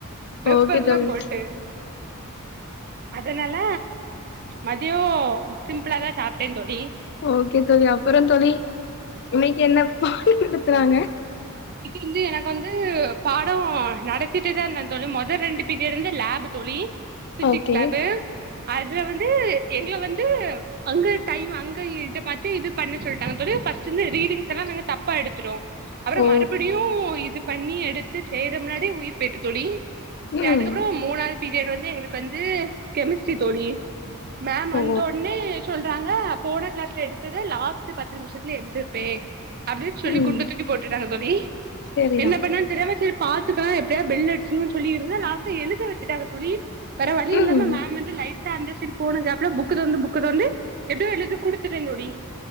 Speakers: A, on the right; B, on the left.
A: பெப்பர்ல்லா
B: ஓகே தோழி
A: போட்டு அதனால மதியோ சிம்பிளாதா சாப்ட்டே தோழி
B: ஓகே தோழி அப்பறோ தோழி இன்னைக்கு என்ன பாடம் நடத்துனாங்க
A: இன்னைக்கி வந்து எனக்கு வந்து பாடோ நடச்சிட்டுதா இருந்த தோழி மொதோ ரெண்டு பீரியடு வந்து லேப் தோழி பிசிக்ஸ்
B: ஓகே
A: லேபு அதுல வந்து எங்கள வந்து அங்க டைம் அங்க இத பாத்து இது பண்ண சொல்ட்டாங்க தோழி ஃபர்ஸ்ட்டுந்து ரீடிங்ஸ் எல்லா நாங்க த ப்பா எடுத்துட்டோ அப்றோ
B: ஓ
A: மறுபடியு இது பண்ணி எடுத்து செய்றமின்னாடி உயிர் போயிட்டு தோழி சரி
B: ம்
A: அதுக்கப்பறோ மூணாவது பீரியட் வந்து எங்களுக்கு வந்து கெமிஸ்ட்ரி தோழி மேம் வந்தொன்னே
B: ஓ
A: சொல்றாங்க போன கிளாஸ்ல எடுத்தது லாஸ்ட் பத்து நிமிஷத்துல எழுது ட்டு அப்டின்னு சொல்லி
B: ம்
A: குண்ட தூக்கி போட்டுட்டாங்க தோழி
B: செரிதா
A: என்ன ப என்னன்னு தெரியாம சேரி பாத்துக்கலா எப்டியா பெல் அடிச்சுருனு சொல்லிருந்த லாஸ்ட் எழுத வெச்சுட்டாங்க தோழி வேற வழி
B: ம்
A: இல்லாம மேம் மட்டு லை ட்டா அந்தசைடு போன கேப்ல புக்கதொறந்து புக்கதொறந்து எப்டியோ எழுதி குடுத்துட்டேன் தோழி